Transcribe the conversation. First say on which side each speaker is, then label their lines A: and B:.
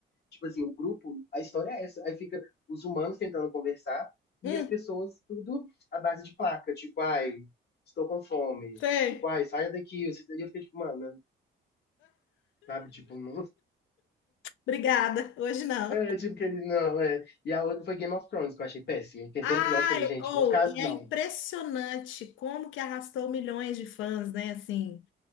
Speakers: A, on the left (about 55°); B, on the left (about 80°).
A: Tipo assim, o grupo, a história é essa. Aí fica os humanos tentando conversar
B: hum,
A: e as pessoas tudo à base de placa. Tipo, ai, estou com fome.
B: sei.
A: Tipo, ai, saia daqui. E eu fiquei tipo, mano, sabe? Tipo, não.
B: Obrigada. Hoje não.
A: É, tipo, que ele não, é. E a outra foi Game of Thrones, que eu achei péssimo. O terceiro
B: Ai,
A: episódio, eu falei, gente,
B: ou,
A: não ficar,
B: e
A: não.
B: é impressionante como que arrastou milhões de fãs, né? Assim,